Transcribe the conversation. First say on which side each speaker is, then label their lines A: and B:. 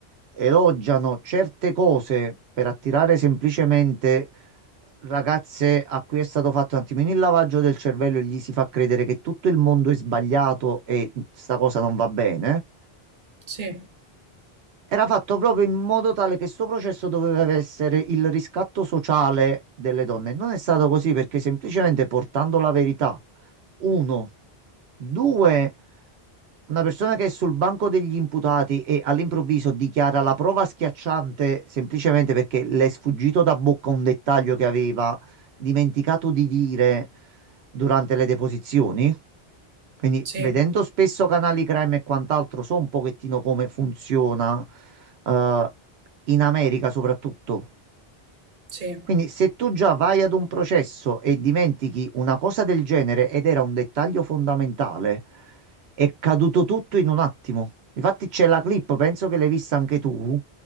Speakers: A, on the right; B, on the right.
A: elogiano certe cose per attirare semplicemente ragazze a cui è stato fatto un attimino il lavaggio del cervello e gli si fa credere che tutto il mondo è sbagliato e sta cosa non va bene.
B: Sì,
A: Era fatto proprio in modo tale che sto processo doveva essere il riscatto sociale delle donne. Non è stato così perché semplicemente portando la verità, uno, due, una persona che è sul banco degli imputati e all'improvviso dichiara la prova schiacciante semplicemente perché le è sfuggito da bocca un dettaglio che aveva dimenticato di dire durante le deposizioni. Quindi
B: sì,
A: vedendo spesso canali crime e quant'altro, so un pochettino come funziona eh, in America soprattutto.
B: sì,
A: Quindi se tu già vai ad un processo e dimentichi una cosa del genere ed era un dettaglio fondamentale, è caduto tutto in un attimo. Infatti c'è la clip, penso che l'hai vista anche tu.